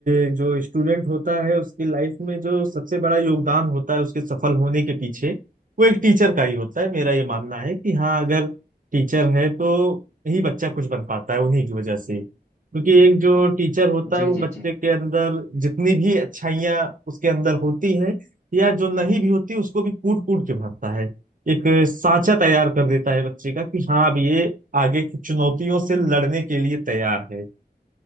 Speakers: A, on the right; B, on the left.
A: ए, जो स्टूडेंट होता है उसकी लाइफ में जो सबसे बड़ा योगदान होता है उसके सफल होने के पीछे वो एक टीचर का ही होता है मेरा ये मानना है कि हाँ अगर टीचर है तो ही बच्चा कुछ बन पाता है उन्हीं की वजह से क्योंकि एक जो टीचर होता
B: जी
A: है वो बच्चे
B: जी जी
A: के अंदर जितनी भी अच्छाइयाँ उसके अंदर होती हैं या जो नहीं भी होती उसको भी कूट कूट के भरता है एक साँचा तैयार कर देता है बच्चे का कि हाँ अब ये आगे की चुनौतियों से लड़ने के लिए तैयार है